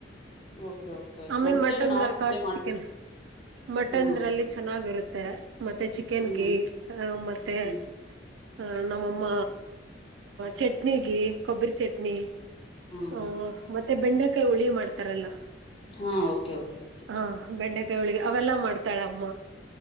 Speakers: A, on the left (about 30°); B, on the right (about 80°).
A: ಓಕೆ ಓಕೆ ಓಕೆ
B: ಐ ಮೀನ್
A: ನಮ್ ಸೈಡು
B: ಮಟನ್ಕ
A: ನಾವು ಮುದ್ದೆ ಮಾಡ್ತೀವಿ
B: ಚಿಕನ್ ಮಟನ್ದ್ರಲ್ಲಿ
A: ಹ್ಮ್
B: ಚೆನ್ನಾಗಿರುತ್ತೆ ಮತ್ತೆ ಚಿಕನ್ಗೆ
A: ಹ್ಮ್
B: ಮತ್ತೆ
A: ಹ್ಮ್
B: ಹ ನಮ್ಮಮ್ಮ ಚಟ್ನಿಗ ಕೊಬ್ಬರಿ ಚಟ್ನಿ
A: ಹ್ಮ್
B: ಹ್ಮ ಮತ್ತೆ ಮತ್ತೆ ಬೆಂಡೆಕಾಯಿ ಉಳಿ ಮಾಡ್ತಾರಲ್ಲಾ
A: ಹಾ ಓಕೆ ಓಕೆ ಓಕೆ
B: ಹಾ ಬೆಂಡೆಕಾಯಿ ಕೈ ಹಳಿಗೆ ಅವೆಲ್ಲಾ ಮಾಡ್ತಾಳ ಅಮ್ಮ